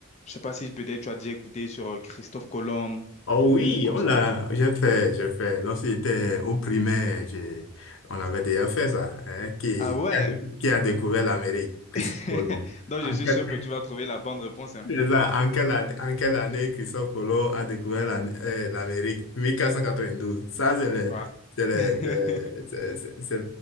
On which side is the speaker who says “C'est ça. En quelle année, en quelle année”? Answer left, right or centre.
Left